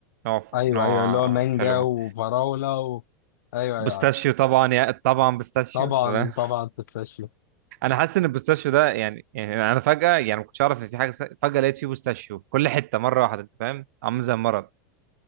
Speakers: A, on the right; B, on the left.
A: نوع
B: ايوه
A: نوع
B: ايوه اللي هو مانجا
A: حلو
B: وفراوله و... ايوه
A: بوستاشيو
B: ايوه عارف.
A: طبعا يا طبعا بوستاشيو
B: طبعا
A: تمام
B: طبعا بيستاشيو
A: انا حاسس ان البوستاشيو ده يعني يعني انا فجاه يعني ما كنتش اعرف ان في حاجه س... فجاه لقيت فيه بوستاشيو في كل حته مره واحده انت فاهم عامل زي المرض